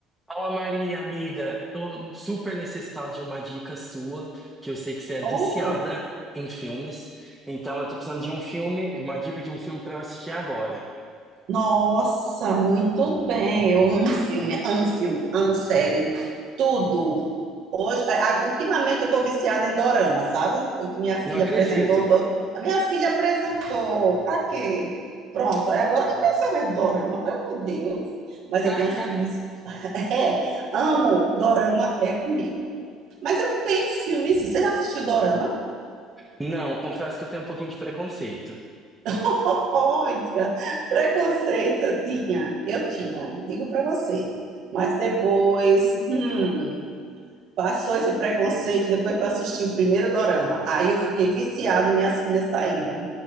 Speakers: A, in the centre; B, on the right.
A: Fala Maria, amiga, tô super necessitado de uma dica sua, que eu sei que você é viciada
B: Oh,
A: em filmes, então eu tô precisando de um filme, uma dica de um filme pra eu assistir agora.
B: nossa, muito bem. Eu amo filme, amo filme, amo série, tudo. Hoje, é, a- ultimamente eu estou viciada em dorama, sabe? Porque minha
A: Não
B: filha
A: acredito.
B: apresentou, do- a minha filha apresentou, pra quê? Pronto, aí agora eu não quero ser mais de dorama, pelo amor de Deus. Mas
A: <laughs>
B: eu tenho uns filmes, <laughs> é, amo, dorama é comigo. Mas eu tenho filmes, sim. Você já assistiu dorama?
A: Não, confesso que eu tenho um pouquinho de preconceito.
B: Olha, preconceito eu tinha, eu tinha, digo para você. Mas depois, hum, passou esse preconceito depois que eu assisti o primeiro dorama. Aí eu fiquei viciada e minhas filhas saíram.